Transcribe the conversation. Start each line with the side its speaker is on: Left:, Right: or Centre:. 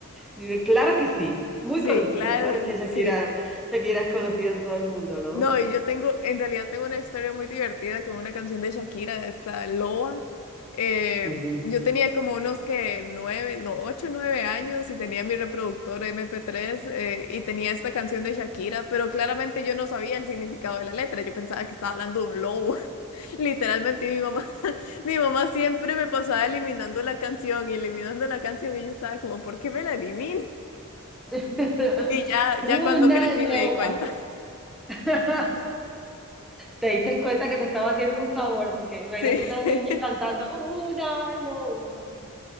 Centre: Dime, claro que sí, muy
Left: Sí,
Centre: conocida,
Left: claro,
Centre: claro que Shakira,
Left: sí.
Centre: Shakira es conocida en todo el mundo, ¿no?
Left: No, y yo tengo, en realidad tengo una historia muy divertida con una canción de Shakira, esta Loba. Eh,
Centre: Ujú.
Left: yo tenía como unos que nueve, no, ocho, nueve años y tenía mi reproductor mp tres eh, y tenía esta canción de Shakira, pero claramente yo no sabía el significado de la letra, yo pensaba que estaba hablando de un lobo. Literalmente mi mamá, <laughs> mi mamá siempre me pasaba eliminando la canción y eliminando la canción y yo estaba como, ¿por qué me la eliminas?
Centre: <laughs>
Left: Y ya,
Centre: Una
Left: ya cuando crecí
Centre: loba.
Left: me di cuenta.
Centre: <laughs> Te diste cuenta que te estaba haciendo un favor, porque imagínate
Left: Sí,
Centre: una
Left: <laughs>
Centre: niña cantando una loba.